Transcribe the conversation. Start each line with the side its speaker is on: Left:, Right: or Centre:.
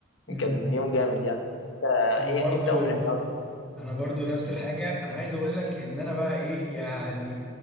Centre: امم
Left: كان يوم جامد يعني انت
Centre: انا
Left: ايه
Centre: برضو
Left: امتى اول رحله اصلا
Centre: انا برضو نفس الحاجه انا عايز اقول لك ان انا بقى ايه يعني